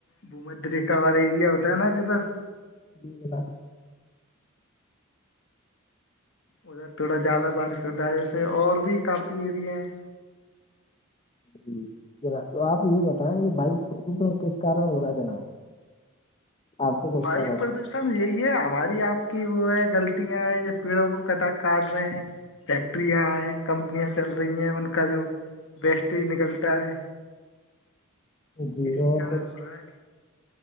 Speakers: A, on the left; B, on the left.
A: بومرا والا ایریا <inaudible>
B: <inaudible>
A: ادھر تھوڑا زیادہ بارش ہوتا ہے جیسے اور بھی کافی ایریا ہیں
B: جی جناب آپ یہ بتائیں یہ وائو پردوشن کس کارن ہو رہا ہے جناب آپ کو کچھ
A: وایو
B: پتا
A: پردوشن یہی ہے ہماری آپ کی وہ ہے غلطیاں ہیں یہ پیڑوں کو کٹا کاٹ رہے ہیں فیکٹریاںئے کمپنیاں چل رہی ہیں ان کا جو بیسٹج نکلتا ہے
B: جی
A: اسی
B: اور
A: کارن
B: کچھ
A: ہو رہا ہے